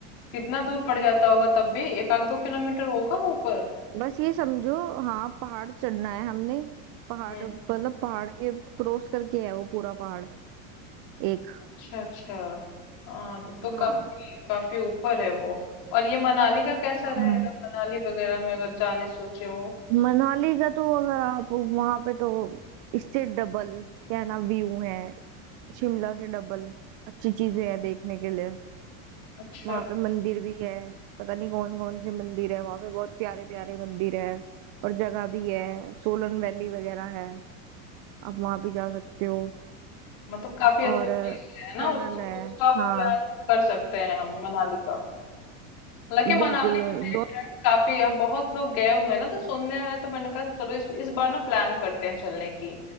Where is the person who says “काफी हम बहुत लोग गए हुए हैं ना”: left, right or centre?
Left